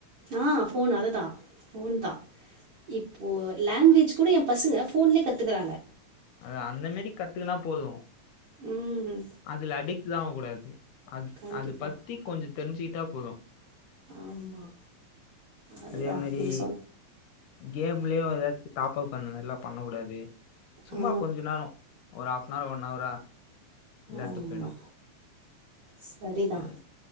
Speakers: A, on the right; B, on the left.
A: ஆ ஃபோனு அதுதா ஃபோன் தா இப்போ லாங்குவேஜ் கூட என் பசுங்க ஃபோன்லயே கத்துக்கறாங்க
B: அ அந்த மேரி கத்துக்கனா போது
A: ம்
B: அதுல அடிக் ட்டாவக்கூடாது அது
A: கண்டிப்பா
B: அது பத்தி கொஞ்ச தெரிஞ்சிட்டா போது
A: ஆமா அதுதா
B: அதே மாரி
A: நீங் சொ
B: கேம்லயு ஏதாச்சு பாப்பா பண்ணுவே எல்லா பண்ண கூடாது சும்மா
A: ஆ
B: கொஞ்ச நேரோ ஒரு ஹாப்னார் ஒ ன் அவரா வில்லாட்டு
A: ஆமா
B: போய்னு
A: சரிதா
B: ஏன்